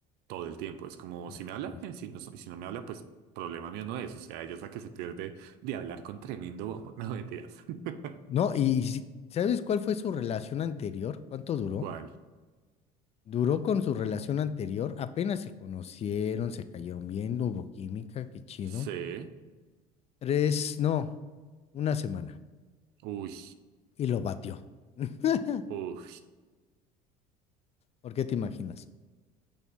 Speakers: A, on the right; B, on the left.
A: todo el tiempo. Es como
B: Así
A: si me habla,
B: es.
A: bien, si no, so- si no me habla, pues problema mío no es. O sea, ella es la que se pierde de hablar con tremendo bombo. <laughs> No mentiras. <laughs>
B: No, y si- ¿sabes cuál fue su relación anterior? ¿Cuánto duró?
A: ¿Cuál?
B: Duró con su relación anterior, apenas se conocieron, se cayeron bien, no hubo química, qué chido.
A: Sí.
B: Tres, no, una semana.
A: Uy.
B: Y lo batió. <laughs>
A: Uy.
B: ¿Por qué te imaginas?